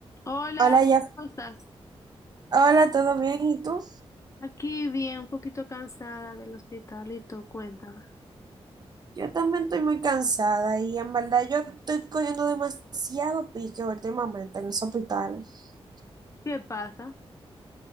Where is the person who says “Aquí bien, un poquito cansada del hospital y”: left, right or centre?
Left